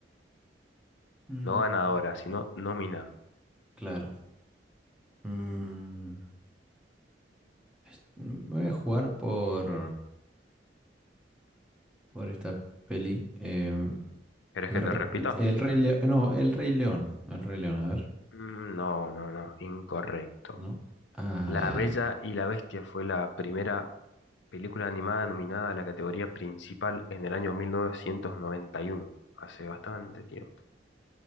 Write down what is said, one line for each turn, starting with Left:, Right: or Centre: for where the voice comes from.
Centre: Mm,
Left: No ganadora, sino
Centre: bueno,
Left: nominada.
Centre: claro. Mm, es- me voy a jugar por, por esta peli. eh,
Left: ¿Querés
Centre: Me
Left: que
Centre: repet-
Left: te repitas?
Centre: El Rey León. No, El Rey León. El Rey León, a ver.
Left: Mm, No, no, no, incorrecto.
Centre: No. Ay,
Left: La
Centre: ay,
Left: Bella
Centre: ay.
Left: y la Bestia fue la primera película animada nominada a la categoría principal en el año 1991, hace bastante tiempo.